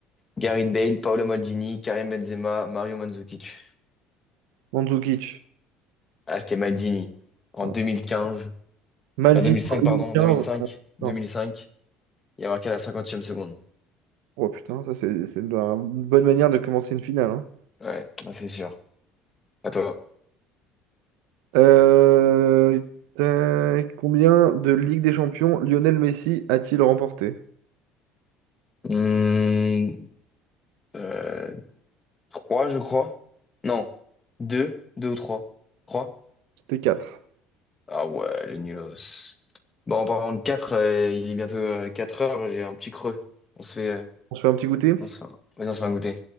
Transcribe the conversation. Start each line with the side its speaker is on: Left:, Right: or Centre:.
Left: Gareth Bale, Paolo Maldini, Karim Benzema, Mario Mandzukic.
Right: Mandzukic.
Left: Ah, c'était Maldini. En
Right: Ouais.
Left: 2015.
Right: Maldini
Left: En 2005,
Right: en 2015.
Left: pardon, 2005. 2005.
Right: Non.
Left: Il a marqué à la 50e seconde.
Right: Oh putain, ça c'est c'est une une bonne manière de commencer une finale. hein.
Left: Ouais, ah, c'est sûr. À toi.
Right: Euh, tac, combien de Ligue des Champions Lionel Messi a-t-il remporté?
Left: Hum, euh, trois, je crois. Non, deux, deux ou trois. Trois?
Right: C'était quatre.
Left: Ah ouais, les nulos. Bon, en parlant de quatre, euh, il est bientôt euh, quatre heures, j'ai un petit creux. On se fait, euh,
Right: On se fait un petit goûter?
Left: on se fait, un- vas-y, on se fait un goûter.